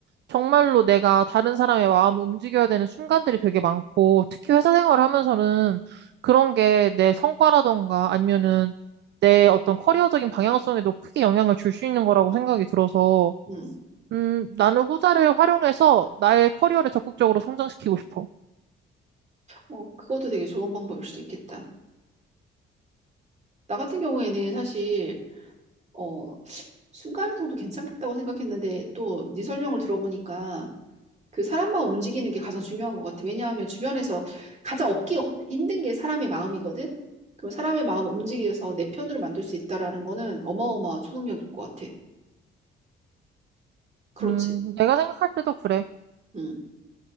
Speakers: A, on the right; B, on the right.
A: 정말로 내가 다른 사람의 마음을 움직여야 되는 순간들이 되게 많고, 특히 회사 생활을 하면서는 그런 게 내 성과라던가 아니면은 내 어떤 커리어적인 방향성에도 크게 영향을 줄 수 있는 거라고 생각이 들어서,
B: 응.
A: 음, 나는 후자를 활용해서 나의 커리어를 적극적으로 성장시키고 싶어.
B: 어, 그것도 되게 좋은 방법일 수도 있겠다. 나 같은 경우에는 사실 어, 순간이동도 괜찮겠다고 생각했는데 또 네 설명을 들어보니까 그 사람만 움직이는 게 가장 중요한 것 같아. 왜냐하면 주변에서 가장 얻기 어- 힘든 게 사람의 마음이거든. 그럼 사람의 마음을 움직여서 내 편으로 만들 수 있다라는 거는 어마어마한 초능력일 것 같아. 그렇지.
A: 음, 내가 생각할 때도 그래.
B: 응.